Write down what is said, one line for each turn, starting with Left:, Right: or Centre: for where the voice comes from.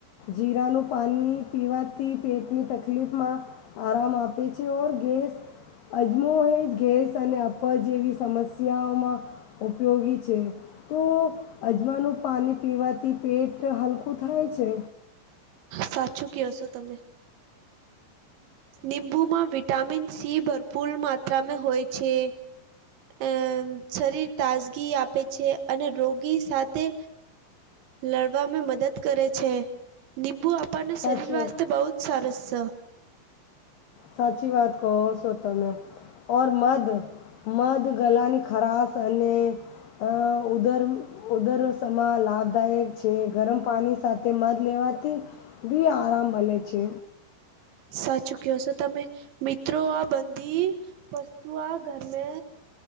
Left: જીરાનું પાણી પીવાથી પેટની તકલીફમાં. આરામ આપે છે. ઓર ગેસ અજમો એ ગેસ અને અપર જેવી સમસ્યાઓમાં ઉપયોગી છે. તો અજમાનું પાણી પીવાથી પેટ હલકું થાય છે.
Right: સાચું કહેહશો તમે. નીંબુમાં વિટામિન સી ભરપૂર માત્રામાં હોય છે. એ શરીર તાજગી આપે છે અને રોગી સાથે. લડવામાં મદદ કરે છે. નિમ્બુ આપણને
Left: સાચું
Right: શરીર વાસ્તે બહુ જ સરસ છે.
Left: સાચી વાત કહો સો તમેં ઔર મધ મધ ગલાની ખરાશ અને. અ ઉદર ઉદર સમા લાભદાયક છે ગરમ પાણી સાથે મધ લેવાથી બી આરામ મલે છે.
Right: સાચું કહો છો તમે મિત્રો આ બંધી. વસ્તુ આ ઘરમે.